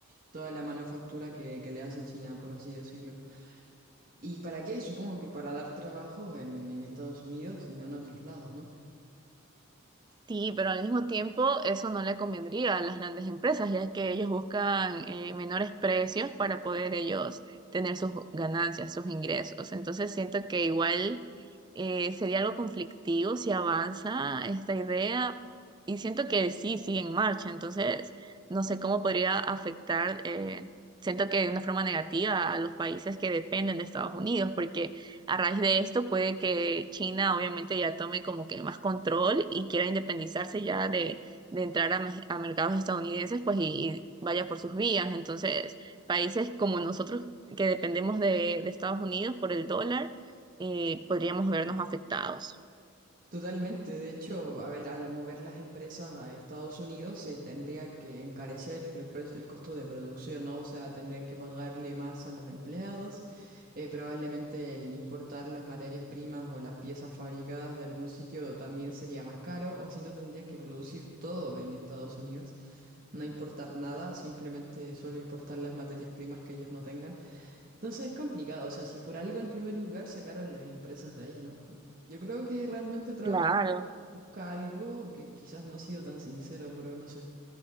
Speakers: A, on the right; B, on the right.
A: toda la manufactura que, que le hace a China, por así decirlo. ¿Y para qué? Supongo que para dar trabajo en, en Estados Unidos y no en otros lados, ¿no?
B: Sí, pero al mismo tiempo eso no le convendría a las grandes empresas, ya que ellos buscan eh, menores precios para poder ellos tener sus ganancias, sus ingresos. Entonces siento que igual eh, sería algo conflictivo si avanza esta idea y siento que sí, sigue en marcha. Entonces no sé cómo podría afectar, eh, siento que de una forma negativa a los países que dependen de Estados Unidos, porque a raíz de esto puede que China obviamente ya tome como que más control y quiera independizarse ya de, de entrar a, mes- a mercados estadounidenses, pues y, y vaya por sus vías. Entonces, países como nosotros que dependemos de, de Estados Unidos por el dólar, eh, podríamos vernos afectados.
A: Totalmente, de hecho, a ver, al mover las empresas a Estados Unidos se tendría que encarecer el precio, el costo de producción, ¿no? O sea, tendrían que pagarle más a los empleados, eh, probablemente el importar las materias primas o las piezas fabricadas de algún sitio también sería más caro, o si no tendrían que producir todo en Estados Unidos, no importar nada, simplemente solo importar las materias primas que ellos no tengan. Entonces es complicado, o sea, si por algo en primer lugar sacaron las empresas de ahí, ¿no? Yo creo que realmente Trump
B: Claro,
A: busca algo que quizás no ha sido tan sincero, pero no sé.